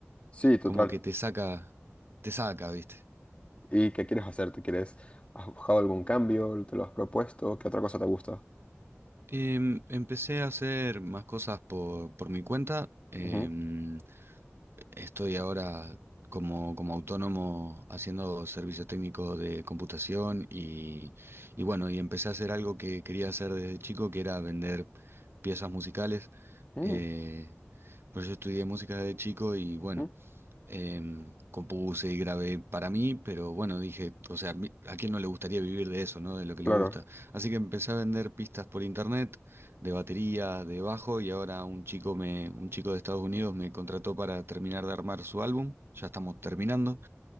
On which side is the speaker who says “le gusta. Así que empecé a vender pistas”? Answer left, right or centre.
Right